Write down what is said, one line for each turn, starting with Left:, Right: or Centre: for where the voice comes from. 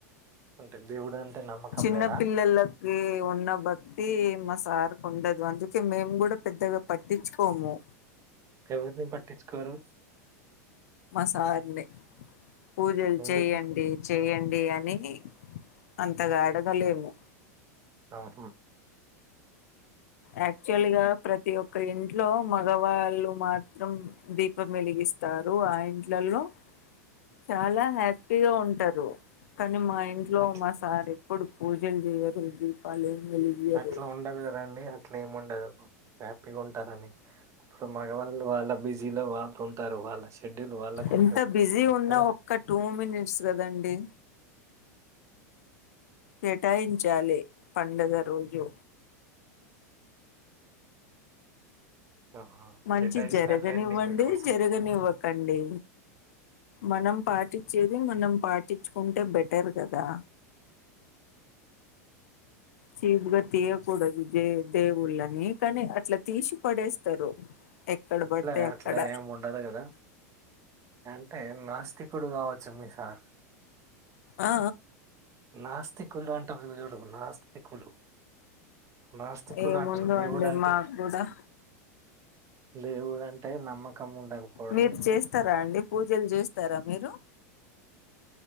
Right: అంటే దేవుడు నమ్మకం
Left: చిన్న
Right: లేదా
Left: పిల్లెలకి ఉన్న భక్తి మ సార్ ఉండదు అందుకే మేము కూడా పెద్దగా పట్టించుకోము
Right: ఎవరిని పట్టించుకోరు
Left: సార్ ని పూజలు
Right: ఎందుకు
Left: చెయ్యండి చేయన్ దయానికి అంతగా అడగలేము
Right: కంఫర్ట్
Left: యాక్చువల్ గా ప్రతి ఒక్క ఇంట్లో మగవాళ్ళు మాత్రం దీపం వెలిగిస్తారు. ఆ ఇంట్లలో చాలా హ్యాపీగా ఉంటారు కాని మా ఇంట్లో
Right: అట్
Left: మా సారు ఇప్పుడు పూజలు చేయరు దీపాలు వెలిగియరు
Right: అట్లా ఉండదు కదండి అట్లా ఏమి ఉండదు హ్యాపీగా ఉంటారని అప్పుడు మగవాళ్ళు వాళ్ళ బిజీలో వాళ్ళు ఉంటారు వాళ్ళ షెడ్యూల్ వాళ్ళకు
Left: ఎంత
Right: ఉంటుంది.
Left: బిజీ ఉన్నా
Right: ఆ
Left: ఒక్క టూ మినిట్స్ కదండి కేటాయించాలి పండుగ రోజు
Right: ఆ,
Left: మంచి
Right: కేటాయిస్తారులేండి
Left: జరగనివ్వండి
Right: మీకోసం
Left: జరగనివ్వకండి మనం పాటించేది మనం పాటించుకుంటే బెటర్ కదా చీపుగా తీయకూడదు జె దేవుళ్ళని కానీ అట్లా తీసి పడేస్తారు. ఎక్కడ
Right: అట్లా
Left: పడితే అక్కడ
Right: అట్లా ఏమి ఉండదు కదా అంటే నాస్తికుడు కావచ్చు మీ సార్
Left: ఆ
Right: నాస్తికులు అంటరు చూడు నాస్తికులు నాస్తికులు
Left: ఏముందో
Right: అంటారు దేవుడంటే,
Left: అండి మాకు కూడా
Right: దేవుడంటే నమ్మకం ఉండకపోవడం.
Left: మీరు చేస్తారా అండి పూజలు చేస్తారా మీరు?